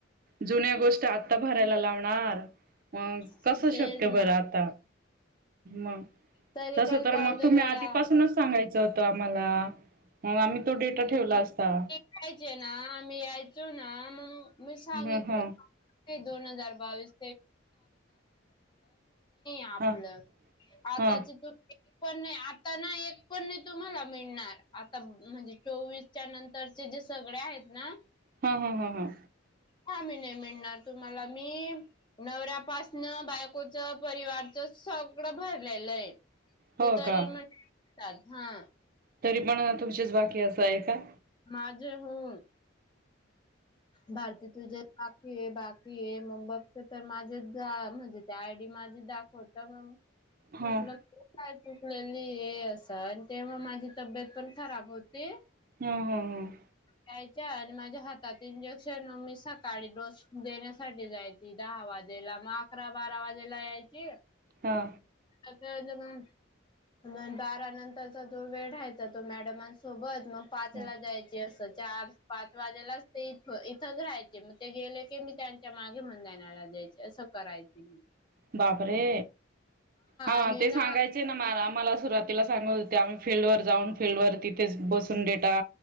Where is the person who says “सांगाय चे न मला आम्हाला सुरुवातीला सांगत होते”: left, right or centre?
Right